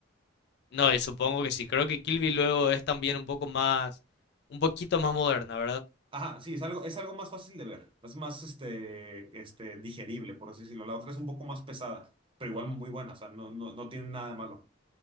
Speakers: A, on the left (about 55°); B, on the right (about 25°).
A: No, y supongo que sí. Creo que Kill Bill luego es también un poco más, un poquito más moderna, ¿verdad?
B: Ajá, sí, es algo, es algo más fácil de ver, es más este, este, digerible, por así decirlo. La otra es un poco más pesada, pero igual muy buena, o sea, no, no, no tiene nada de malo.